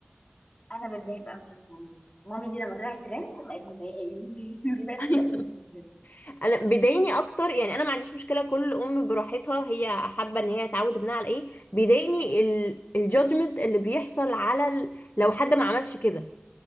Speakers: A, on the left; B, on the left.
A: انا بتضايق بقى من كلمه مامي مامي دي لما طلعت ترند بقت مضايقاني <laughs> دي بقت
B: <laughs>
A: مضايقاني جدا
B: انا بيضايقني اكتر يعني انا ما عنديش مشكلة كل ام براحتها هي حابة ان هي تعود ابنها على ايه بيضايقني الجادجمنت اللي بيحصل على ال... لو حد ما عملش كده